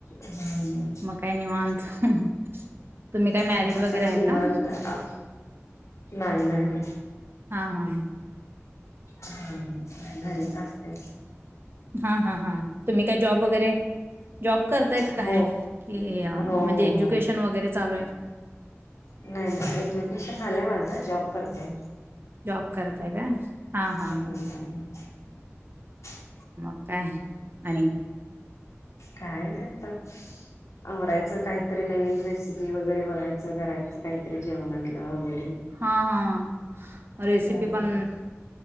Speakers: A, on the left; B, on the right.
A: हम्
B: मग काय <inaudible> मॅरिड
A: हा
B: वगैरे
A: त्या
B: आहे
A: निवारता
B: का
A: नाही नाही हम्
B: हा हा ह
A: हा घरीच असतेच
B: हा हा हा तुम्ही काय जॉब वगैरे जॉब करताय काय
A: हो
B: की
A: हो
B: म्हणजे
A: हो
B: एज्युकेशन
A: हो
B: वगैरे चालू आहे
A: नाही नाही एजुकेशन झालंय माझं जॉब करतेय
B: जा कररतय का हा हा
A: हम्म
B: हा.
A: हम् <inaudible>
B: मग काय आणि
A: काय नाही आमरायचं काहीतरी नवीन रेसिी वगैरे बघय करायचं काहीतरी जेवणाच ह
B: हा हा रेसिपी
A: अ
B: पण